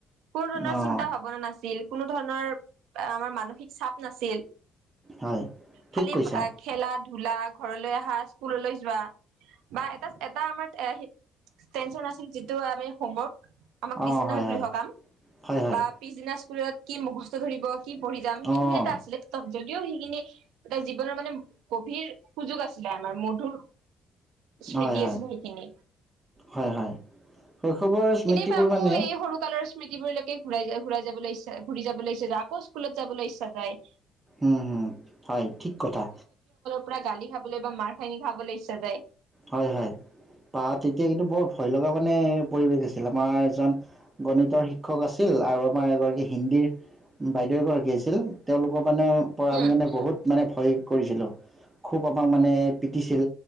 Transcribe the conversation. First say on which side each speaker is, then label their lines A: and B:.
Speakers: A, on the right (about 80°); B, on the right (about 20°).
A: কোনো ধৰণৰ
B: অঁ
A: চিন্তা ভাৱনা নাছিল কোনো ধৰণৰ আমাৰ মানসিক চাপ নাছিল
B: হয়
A: খালি
B: ঠিক কৈছা
A: খেলাত ধোলা ঘৰলৈ অহা স্কুললৈ বা এ এটা আমাৰ টেনচন আছিল যিটো আমি হোমৱৰ্ক আমাক দিছিল
B: অঁ
A: নহয়
B: হয়
A: গৃহ
B: হয়
A: কাম
B: হয় হয়
A: বা পিছদিনা স্কুলত কি মুখস্ত ধৰিব কি পঢ়ি যাম সেইখিনিয়ে
B: অঁ
A: এটাছিলে ত যদিও সেইখিনি এটা জীৱনৰ মানে গভীৰ সুযোগ আছিলে আমাৰ মধুৰ স্মৃতি
B: হয় হয়
A: আছিলে সেইখিনি
B: হয় হয় শৈশৱৰ স্মৃতিবোৰ
A: কেতিয়াবা আকৌ
B: মানে
A: এই সৰু কালৰ স্মৃতিবোৰলৈকে ঘূৰাই যায় ঘুৰা যাবলৈ ইচ্ছে ঘুৰি যাবলৈ ইচ্ছা যে আকৌ স্কুলত যাবলৈ ইচ্ছা যাই
B: উম হম হয় ঠিক কথা
A: পুৰা গালি খাবলৈ বা মাৰ খানি খাবলৈ ইচ্ছা যায়
B: হয় হয় বা তেতিয়া কিন্তু বৰ ভয় লগা মানে পৰিৱেশ আছিল আমাৰ এজন গণিতৰ শিক্ষক আছিল আৰু আমাৰ এগৰাকী হিন্দীৰ বাইদেউ এগৰাকী আছিল তেওঁলোকক মানে পৰা
A: উম
B: মানে বহুত মানে ভয় কৰিছিলোঁ খুব আমাক মানে পিটিছিল